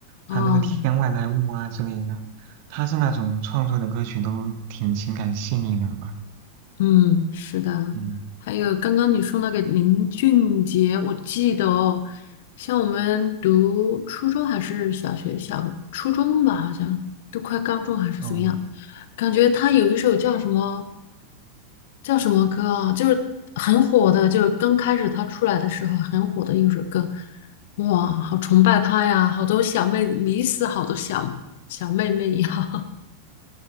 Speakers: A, on the left (about 50°); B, on the right (about 45°).
A: 嗯。
B: 还有那个《天外来物》啊之类的。他是那种创作的歌曲都挺情感细腻的吧？
A: 嗯，是的，
B: 嗯，
A: 还有刚刚你说那个林俊杰，我记得哦，像我们读初中还是小学，小初中吧，好像都快高中还是怎么样，
B: 哦。
A: 感觉他有一首叫什么叫什么歌啊，就是很火的，就是刚开始他出来的时候很火的一首歌，哇，好崇拜他呀，好多小妹子迷死好多小小妹妹呀，<laughs>